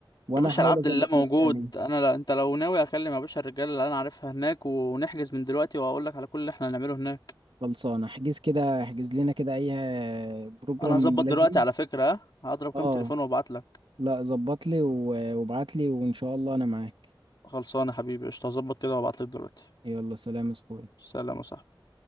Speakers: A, on the right; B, on the left.
A: وانا
B: يا باشا
A: احاول
B: العبد
A: اظبط
B: لله موجود
A: نفسي عليه
B: انا لا انت لو ناوي اكلم يا باشا الرجاله اللي انا عارفها هناك ونحجز من دلوقتي واقول لك على كل اللي احنا هنعمله هناك
A: خلصانه احجز كده احجز لنا كده اي آه، بروجرام
B: انا هظبط
A: لذيذ
B: دلوقتي على فكره ها هضرب كام
A: اه
B: تليفون وابعت لك
A: لا ظبط لي و- وابعت لي وان شاء الله انا معاك
B: خلصانه حبيبي قشطه هظبط كده وابعت لك دلوقتي
A: يلا سلام يا اخوي
B: سلام يا صاحبي